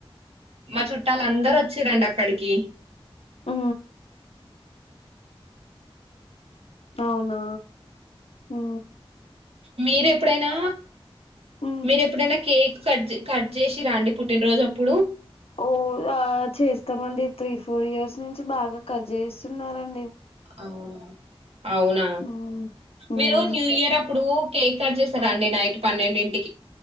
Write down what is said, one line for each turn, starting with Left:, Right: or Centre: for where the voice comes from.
Right: మా చుట్టాలందరూ చ్చరండి అక్కడికి
Left: ఆ అవునా ఉ
Right: మీరెప్పుడైనా
Left: ఉమ్
Right: మీరెప్పుడైనా కేక్ కట్ కట్ చేసి రా అండి పుట్టినరోజు అప్పుడు
Left: ఓ ఆ చేస్తామండి త్రీ ఫోర్ ఇయర్స్ నుంచి బాగా కట్ చేయిస్తున్నారం
Right: అవునా అవునా
Left: ఉమ్ ఉమ్
Right: మీరు న్యూ ఇయర్ అప్పుడు కేక్ కట్ చేసారా అండి నైట్ పన్నెండింటి